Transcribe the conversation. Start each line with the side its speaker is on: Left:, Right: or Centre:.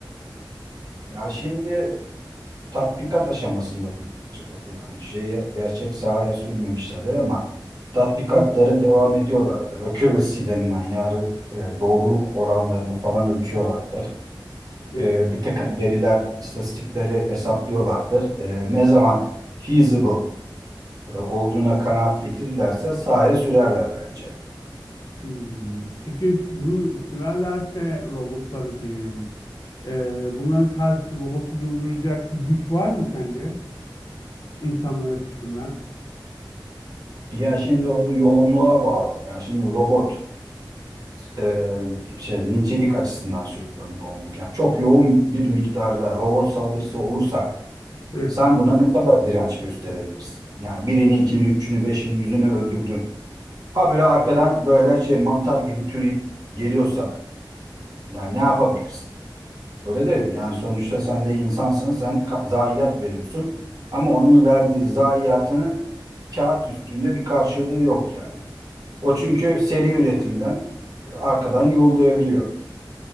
Right: Ya şimdi tatbikat aşamasında bu. Yani şeye gerçek sahaya sürmemişlerdir ama tatbikatları
Left: Hı hı,
Right: devam ediyorlardır. Accuracy denilen yani e, doğruluk oranlarını falan ölçüyorlardır.
Left: evet.
Right: E, bir takım veriler, istatistikleri hesaplıyorlardır. E, ne zaman feasible e, olduğuna kanaat getirirlerse sahaya sürerler bence.
Left: Hmm, Peki bunu sürerlerse robotları diyelim. Ee, bunların karşı robotu durduracak bir güç var mı sence insanlar açısından?
Right: Ya şimdi onu yoğunluğa bağlı. Yani şimdi robot e, şey nicelik açısından söylüyorum yoğunluk. Yani çok yoğun bir miktarda robot saldırısı olursa
Left: Evet.
Right: sen buna ne kadar direnç gösterebilirsin? Yani birini, ikini, üçünü, beşini, yüzünü öldürdün. Habire arkadan böyle şey mantar gibi türeyip geliyorsa yani ne yapabilirsin? Öyle değil mi? Yani sonuçta sen de insansın, sen ka- zayiat veriyorsun. Ama onun verdiği zayiatının kağıt üstünde bir karşılığı yok yani. O çünkü seri üretimden e, arkadan yollayabiliyor.